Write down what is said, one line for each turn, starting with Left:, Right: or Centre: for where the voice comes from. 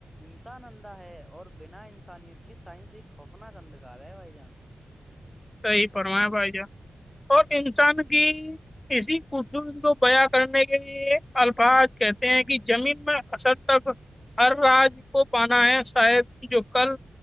Centre: انسان اندھا ہے اور بنا انسانیت کے سائنس ایک خوفناک اندھکار ہے بھائی جان
Left: صیح پرو ہے بھائی جان اور انسان کی اسی ک کو بیا کرنے کے لیے الفاظ کہتے ہیں کہ زمین میں اصد تک ہر راج کو پانا ہے شاید جو کل